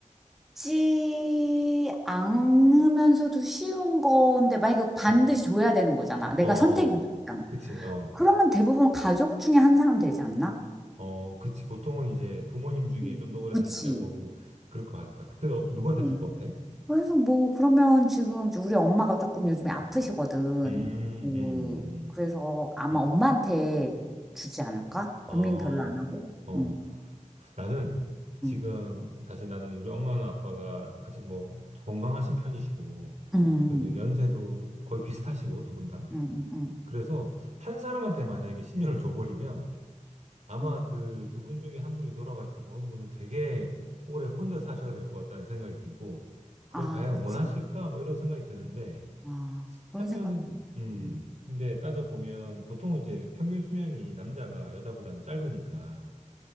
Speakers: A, in the centre; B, on the right (about 60°).
A: 쉽지 않으면서도 쉬운 건데 만약에 반드시
B: 음.
A: 줘야 되는 거잖아. 내가
B: 어, 어,
A: 선택이
B: 어.
A: 있잖아.
B: 그치, 어.
A: 그러면 대부분 가족 중에 한 사람 되지 않나?
B: 어, 그치. 보통은 이제 부모님 중에
A: 음.
B: 좀 더 오래
A: 그치.
B: 사시라고 하고, 그럴 것 같아. 그래서 어- 누구한테
A: 응.
B: 줄 것 같아?
A: 그래서 뭐 그러면 지금 우리 엄마가 조금 요즘에 아프시거든.
B: 음,
A: 그
B: 음, 음,
A: 그래서 아마
B: 음,
A: 엄마한테 주지 않을까? 고민
B: 음. 어,
A: 별로 안 하고.
B: 어.
A: 응,
B: 나는 지금
A: 응,
B: 사실 나는 우리 엄마나 아빠가 아직 뭐 건강하신 편이시고,
A: 응,
B: 그 연세도 거의 비슷하시고, 두 분 다.
A: 응, 응, 응.
B: 그래서 한 사람한테 만약에 10년을 줘버리면, 아마
A: 응.
B: 그 두 분 중에 한 분이 돌아가시고 한 분은 되게 오래 혼자 사셔야 될 것 같다는 생각이 들고 그걸
A: 아,
B: 과연
A: 그치.
B: 원하실까? 뭐 이런 생각이 드는데
A: 아, 그런
B: 한편으로
A: 생각도 있다.
B: 음
A: 음.
B: 근데 따져보면 보통 이제 평균 수명이 남자가 여자보다는 짧으니까